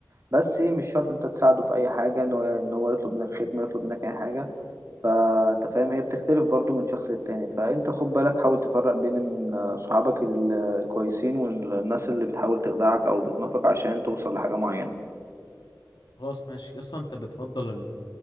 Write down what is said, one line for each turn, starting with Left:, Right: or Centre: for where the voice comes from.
Right: بس إيه، مش شرط انت تساعده في اي حاجه ان هو ان هو يطلب منك خدمه يطلب منك اي حاجه فانت فاهم هي بتختلف برضو من شخص للتاني فانت خد بالك حاول تفرق بين ان صحابك ال- الكويسين والناس اللي بتحاول تخدعك او بتنافق عشان توصل لحاجه معينه
Left: خلاص ماشي يا اسطى انت بتفضل